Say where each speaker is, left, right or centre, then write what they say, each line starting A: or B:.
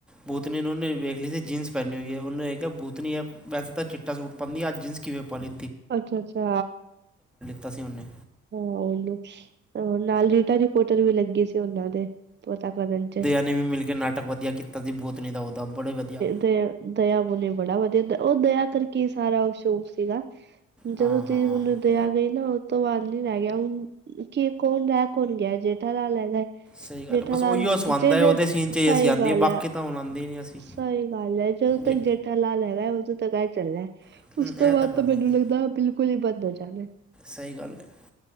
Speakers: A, in the centre; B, on the right.
A: ਭੁਤਨੀ ਨੇ ਉਹਨੇ ਵੇਖ ਲਈ ਸੀ ਜੀਨਸ ਪਹਿਨੀ ਹੋਈ ਹੈ, ਉਹਨੇ ਇਹ ਕਿਹਾ ਭੁਤਨੀ ਹੈ। ਵੈਸੇ ਤਾਂ ਚਿੱਟਾ ਸੂਟ ਪਾਉਨੀ ਆ ਜੀਨਸ ਕਿਵੇਂ ਪਾਣੀ
B: ਅੱਛਾ ਅੱਛਾ
A: ਦਿੱਤਾ ਸੀ ਔ ਨੇ।
B: ਹਾਂ, ਔ ਹੀ ਨਾਲ ਰੀਟਾ ਰਿਪੋਟਰ ਵੀ ਲੱਗੇ ਸੀ ਉਹਨਾਂ ਦੇ, ਪਤਾ ਕਰਨ ਚ
A: ਨਹੀ, ਵੀ ਮਿਲ ਕੇ ਨਾਟਕ ਨਾਟਕ ਵਧੀਆ ਕੀਤਾ ਸੀ, ਭੁਤਨੀ ਦਾ ਉਹਦਾ ਬੜੇ ਵਧੀਆ
B: ਤੇ ਦਇਆ ਬੋਲੇ ਬੜਾ ਵਧੀਆ, ਉਹ ਦਇਆ ਕਰਕੇ ਸਾਰਾ ਸ਼ੋ ਸੀਗਾ। ਜਦੋਂ
A: ਹਾਂ
B: ਤੁਸੀ
A: ਹਾਂ
B: ਹੁਣ ਦਿਆ ਆ ਗਈ ਨਾ, ਉਸ ਤੋਂ ਬਾਅਦ ਨੀ ਰਹਿ ਗਿਆ ਹੁਣ ਕੀ ਕੌਣ, ਰਹਿ ਕੌਣ ਗਿਆ, ਜੇਠਾ ਲਾਲ ਹੈਗਾ ਏ।
A: ਸਹੀ ਗੱਲ
B: ਜੇਠਾ
A: ਹੈ, ਬਸ
B: ਲਾਲ
A: ਉਹੀਓ
B: ਜੇ
A: ਸਵੰਦਾ ਹੈ,
B: ਜੇ
A: ਉਹਦੇ ਸੀਨ 'ਚ
B: ਸਹੀ
A: ਹੀ ਅਸੀਂ ਆਉਂਦੇ
B: ਗੱਲ
A: ਏ, ਬਾਕੀ
B: ਹੈ
A: ਤਾਂ ਹੁਣ ਆਉਂਦੇ ਹੀ ਨਹੀਂ ਅਸੀਂ।
B: ਸਹੀ ਗੱਲ ਹੈ, ਜਦੋਂ
A: ਜੇ
B: ਤੱਕ ਜ ਲਾ ਲੈਗਾ ਉਦੋਂ ਤਾਂ ਐ ਚੱਲਨਾ,
A: ਹੂੰ,
B: ਉਸ
A: ਇਹ
B: ਤੋਂ ਬਾਅਦ
A: ਗੱਲ
B: ਤਾਂ ਮੈਨੂੰ
A: ਹੈਗੀ
B: ਲੱਗਦਾ ਬਿਲਕੁਲ ਹੀ ਬੰਦ ਹੋ ਜਾਣਾ।
A: ਸਹੀ ਗੱਲ ਹੈ।